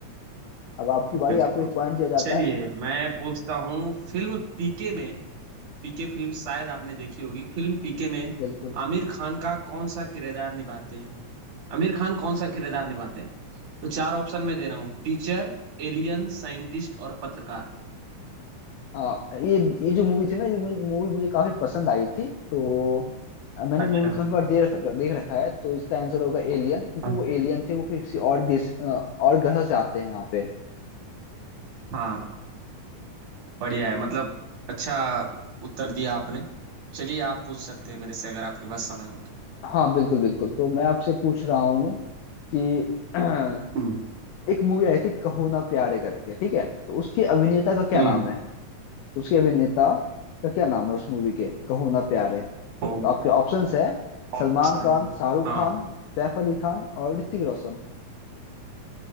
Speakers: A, on the left; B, on the right.
A: अब आपकी बारी
B: बिल्कुल
A: आपको एक पॉइंट दिया जाता
B: चलिए
A: है
B: मैं पूछता हूँ फिल्म पीके में पीके फिल्म शायद आपने देखी होगी फिल्म पीके में
A: बिल्कुल
B: आमिर खान का कौन सा किरदार निभाते हैं आमिर खान कौन सा किरदार निभाते हैं तो चार ऑप्शन मैं दे रहा हूँ टीचर एलियन साइंटिस्ट और पत्रकार
A: आ, ये ये जो मूवी थी ना ये मुझे मूवी मुझे काफी पसंद आई थी तो अ, मैंने
B: अच्छा
A: मूवी काफी बार देख देख रखा है तो इसका आंसर होगा एलियन क्योंकि
B: हाँ।
A: वो एलियन थे वो किसी और देश अ, और ग्रह से आते हैं यहाँ पे
B: हाँ बढ़िया है मतलब अच्छा उत्तर दिया आपने चलिए आप पूछ सकते हैं मेरे से अगर आपके पास समय हो तो
A: हाँ बिल्कुल बिल्कुल तो मैं आपसे पूछ रहा हूँ कि <clears throat>
B: हम्म
A: एक मूवी आई थी कहो ना प्यारे करके ठीक है तो उसके अभिनेता का क्या
B: हम्म,
A: नाम है तो उसके अभिनेता का क्या नाम है उस मूवी के कहो ना प्यारे तो
B: ओ,
A: आपके ऑप्शंस है
B: ऑप्शन
A: सलमान खान शाहरुख
B: हाँ
A: खान सैफ अली खान और ऋतिक रोशन